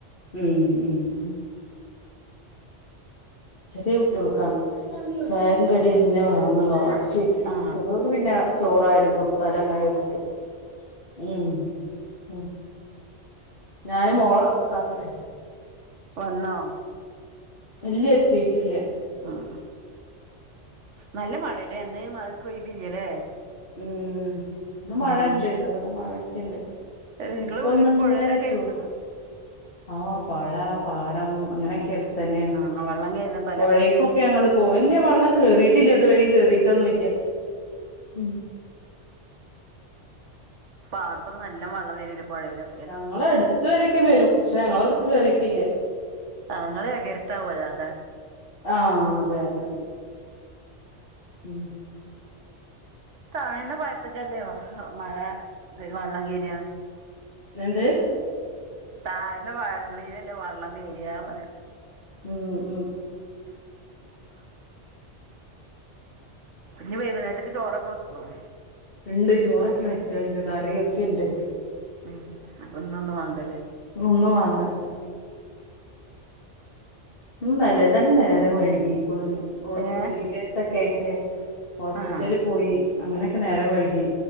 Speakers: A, on the left; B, on the right.
A: ഉം ഉം
B: ഉം
A: ചെറിയ കുട്ടിയോൾക്കാണ് ചായേം കടിയന്നെ വേണംന്നുള്ള വാശി
B: ആ
A: ചെലോര് പിന്നെ ചോറായാലും കൊടുത്താലും അങ്ങനെ കഴിക്കും ഉം ഉം ഞാനും മോള കാത്തിക്ക
B: വന്നോ
A: ഇല്ല എത്തീട്ടില്ല
B: ഉം നല്ല മഴല്ലേ അന്ന് മഴക്ക് ഒഴിവില്ലല്ലേ
A: ഉം ഇന്ന്
B: ഉം
A: മഴ ഇണ്ട് ഇന്ന് വടെെ മഴൊക്കെ ഉണ്ട്
B: നിങ്ങള്
A: ഇപ്പ
B: വീട്
A: ഒന്ന് അങ്ങനെ
B: പുഴയുടെക്കെ
A: ചോറ്
B: അടുത്താ
A: ആഓ പഴ പാടം അങ്ങനെയൊക്കെ അടുത്ത് തന്നെ
B: ആ വെള്ളം ക-
A: പുഴക്കൊക്കെ ഞങ്ങൾ പോ അല്ല വെള്ളം കേറിട്ടില്ല ഇതുവരും കേറിട്ടൊന്നുമല്ല ഉ
B: പാടത്തോകേ നല്ല വെള്ളം വരല പുഴയില്
A: ഞങ്ങള അടുത്ത വരക്കും വരും പക്ഷെ ഞങ്ങള അവിടക്ക് കേറിയിട്ടില്ല
B: ആ ഞാങ്ങൾ കരുത്താവല്ല അതാണ്
A: ആഹ് അതെ അതെ ഉം
B: താഴന്ന പഴത്തൊക്കല്ലേ മഴ വള്ളകേരിയോ
A: എന്ത്
B: താഴ്ന്ന പാങ്ങളിലല്ലേ വള്ളം കേയറിയാ പറ
A: ഉം ഉം
B: <unintelligible> പിന്നെ വൈകുന്നേരത്തേക്ക് ചോറൊക്കെ വെക്കുവോ
A: ണ്ട് ചോറൊക്കെ വെച്ചണ്ട് കറിയൊക്കെ ണ്ട്
B: ഉം അപ്പ ന്നൊന്നും വാണ്ട ലേ
A: ഒന്നും വാണ്ട ന്നല്ലെ തന്നെ നേരം വൈകീക്ക്ണ് ഹോസ്പിറ്റൽ
B: ഏഹ്
A: കേസൊക്കേയിട്ടെ ഹോസ്പിറ്റല്ൽ
B: ആഹ്
A: പോയി അങ്ങനൊക്കെ നേരം വഴുകി